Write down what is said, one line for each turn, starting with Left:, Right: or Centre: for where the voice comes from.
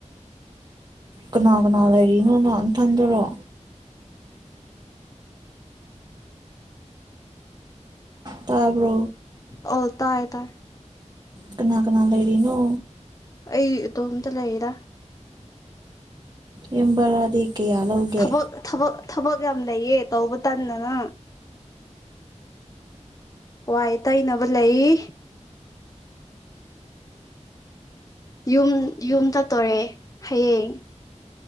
Right: ꯀꯅꯥ ꯀꯅꯥ ꯂꯩꯔꯤꯅꯣ ꯅꯍꯅꯊꯟꯗꯔꯣ ꯇꯥꯔꯕꯣ
Left: ꯑꯣꯜ ꯇꯑ ꯇ
Right: ꯀꯅꯥ ꯀꯅꯥ ꯂꯩꯔꯤꯅꯣ
Left: ꯑꯩ ꯏꯇꯣꯝꯇ ꯂꯩꯌꯦꯗ
Right: ꯌꯕꯔ ꯁꯤ ꯀꯌꯥ ꯂꯧꯒꯦ
Left: ꯊꯕꯛ ꯊꯕꯛ ꯊꯕꯛ ꯌꯥꯝ ꯂꯩꯌꯦ ꯇꯧꯕ ꯇꯟꯗꯅ ꯋꯥ ꯇꯩꯅꯕ ꯂꯩ ꯌꯨꯝ ꯌꯨꯝ ꯆꯠꯇꯣꯔꯦ ꯍꯌꯦꯡ